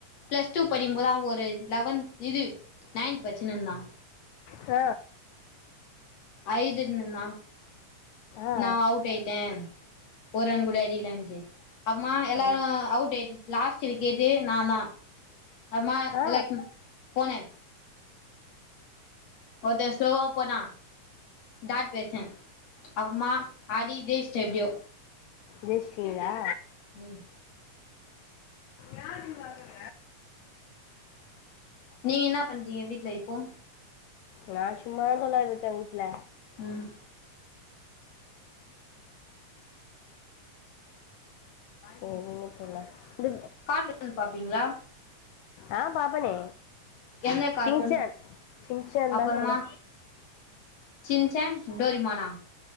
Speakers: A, on the left; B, on the left.
A: பிளஸ் டூ படிக்கு போது அவ ஒரு லெவன்த் இது நைன்த் படிசினுருந்தா
B: ஆ
A: ஐதுநுணா
B: ஆ
A: நா அவுட்டாயிட்டே ஒரு ரன் கூட அடிக்கலன்ட்டு அப்பமா எல்லாரும்
B: சரி
A: அவுட் ஆயிட்டு லாஸ்ட் விக்கெட்டு ந நா அம்மா
B: ஆ
A: எல்லாத்க்கு போனே ஒருத்த ஸ்லோவா போனா டாட் வச்சேன் அபரம்மா ஆடி ஜேஷ் எப்படியோ
B: ஜெய்சிண்டிங்களா
A: ம்
B: நா இதுவாங்கற
A: நீ என்னா பண்றீங்க வீட்டு்ல இப்போ
B: நா சும்மாத தோழா இருக்கே வீட்ல
A: ம்
B: சரிங்க தோழா வீட்
A: கார்டூன் பாப்பீங்களா
B: ஆம் பாப்பனே
A: என்ன கார்ட்டூன்
B: ஷிங்சான் ஷிங்சான்
A: அப்புறமா
B: தான் தோழா
A: சின்சான் டோரிமானா